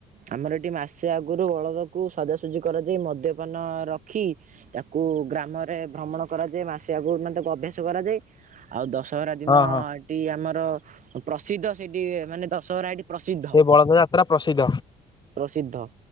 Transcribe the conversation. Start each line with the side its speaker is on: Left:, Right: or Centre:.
Right: ଆମର ଏଠି ମାସେ ଆଗରୁ ବଳଦକୁ ସଜାସଜି କରାଯାଇ ମଦ୍ୟପାନ ରଖି ତାକୁ ଗ୍ରାମରେ ଭ୍ରମଣ କରାଯାଏ ମାସେ ଆଗୁରୁ ମାନେ ତାକୁ ଅଭ୍ୟାସ କରାଯାଏ ଆଉ ଦଶହରା ଦିନ
Left: ହଁ ହଁ
Right: ସିଠି ଆମର ପ୍ରସିଦ୍ଧ ସେଠି ମାନେ ଦଶହରା ଏଠି ପ୍ରସିଦ୍ଧ।
Left: ସେଇ ବଳଦ ଯାତ୍ରା ପ୍ରସିଦ୍ଧ
Right: ପ୍ରସିଦ୍ଧ